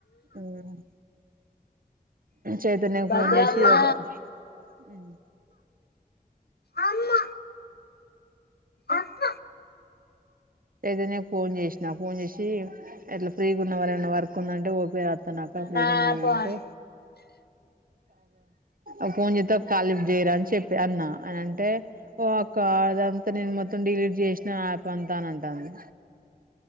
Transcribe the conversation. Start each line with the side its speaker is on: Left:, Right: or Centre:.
Right: ఉమ్.
Left: మీకు
Right: చైతన్యకు
Left: ఈ డబ్బులల్లా
Right: ఫోన్ చేసి ఒక ఉమ్.
Left: అమ్మ అక్క
Right: వదిన కి ఫోన్ చేష్నా ఫోన్ చేషి ఎట్ల ఫ్రీగా ఉన్నవార ఏమన్న వర్క్ ఉందంటే ఓ ప <inaudible> తన అక్క ఫ్రీగానే
Left: నా
Right: ఉందంటే
Left: పోన్
Right: ఒక ఫోన్ చెత్తే ఒక కాల్ లిఫ్ట్ చేయరా అని చెప్పి అన్నా అని అంటే ఓ అక్కా అది అంతా నేను మొత్తం డిలీట్ చేష్న యాప్ అంతా అని అంటాంది